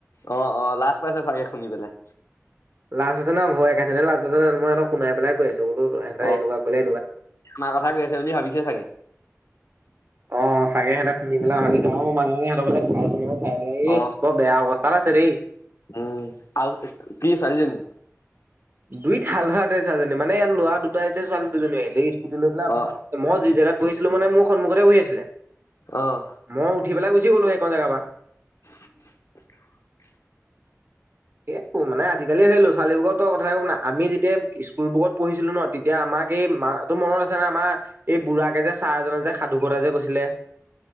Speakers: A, on the left; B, on the right.
A: অ' অ' লাজ পাইছে চাগে শুনি পেলাই।
B: লাজ বাজ ন ভয়ে আছে নে লাজ বাজ ন মইি কুনাইে লাই আছো সহঁতে এনেকুৱালে।
A: অ আমাৰ কথা কৈ আছে বুলি ভাবিছে চাগে।
B: অ' চাগে সহতে ফুধি পেলাই ভাবিছ আৰু মই মানুহ সিহঁতৰোলে চাই চোন।
A: অ
B: বৰ বেয়া অৱস্থাত আছে দেই।
A: উম আৰু কি চাৰিল নি
B: দুইত হাল ভাল চজনী মানে ইয়াৰ ল'ৰা দুটা আহছে ছোৱালী দুজনী আহিছে। কু লৈ পেল
A: অ
B: মই জি জেগাত বহিছিলো মানে মোৰ সন্মুতে বহি আছিলে।
A: অ'।
B: মই উঠি পেলাই গুচি গ'লো সখন জেগাৰ পৰা।
A: <unintelligible>
B: এইো মানে আজিকালি হলো ছোৱালীবোৰত কথ ক'ম ন আমি যেতিয়া স্কুল বুকত পঢ়িছিলো ন তেতিয়া আমাক এই ম তো মনত আছে নে আমাৰ এই বুঢ়াক কে যে ছাৰজনে যে সাধুকতা যে কৈছিলে